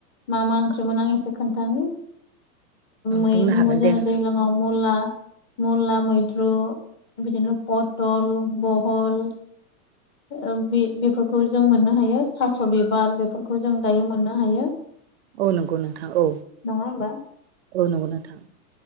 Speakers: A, on the left (about 20°); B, on the right (about 45°).
A: मा मा ओंख्रि मोनो आं एसे खोन्थानि मै
B: बुंनो हागोन दे
A: जों
B: नोंथां
A: दैज्लांआव मुला मुला मैद्रु बिदिनो पथल बहल ओ बे बेफोरखौ जों मोननो हायो थास' बिबार बेफोरखौ जों दायो मोननो हायो।
B: औ नंगौ नोंथां औ
A: नङा होमबा
B: औ नंगौ नोंथां।